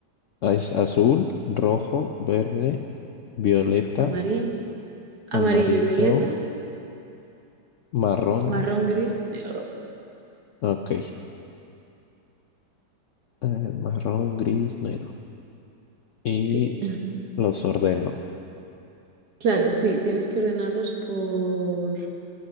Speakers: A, on the left (about 70°); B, on the right (about 65°).
A: Es azul, rojo, verde, violeta,
B: Amarillo, amarillo,
A: amarillo,
B: violeta.
A: marrón.
B: Marrón, gris y negro.
A: Ok. eh, marrón, gris, negro. Y
B: Sí.
A: los ordeno.
B: Claro, sí, tienes que ordenarlos por,